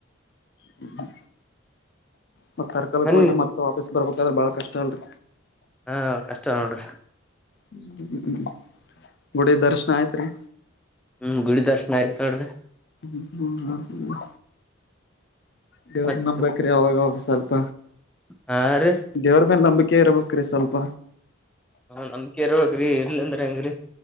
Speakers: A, on the left; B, in the centre.
A: ಹ್ಮ ಮತ್ತ ಸರ್ಕಲ್ಗೆ
B: ಮನ್
A: ಹೋಗಿ ಮತ್ತ ಬರ್ಬೇಕಾದ್ರ ಬಾಳ ಕಷ್ಟ ಉಂಟು
B: ಹಾ ಕಷ್ಟ ನೋಡ್ರಿ
A: ಹ್ಮ್ ಗುಡಿ ದರ್ಶನ ಆಯ್ತ್ರಿ
B: ಹ್ಮ್ ಗುಡಿ ದರ್ಶನ ಆಯ್ತ ನೋಡ್ರಿ
A: ಹ್ಮ ಹ್ಮ್ ಹ್ಮ್ ಹ್ಮ್ ದೇವ್ರ
B: ಮತ್
A: ನಂಬ ಬೇಕ್ರಿ ಅವ್ರಾಗ ಹೋಗ್ರ ಸ್ವಲ್ಪ
B: ಹಾರಿ
A: ದೇವ್ರ ಮೇಲೆ ನಂಬಿಕೆ ಇರಬೇಕುರೀ ಸ್ವಲ್ಪ
B: ಹಾ ನಮ್ ಇರವ್ರಿ ಇರ್ಲಿ ಅಂದ್ರ ಹೆಂಗ್ರರಿ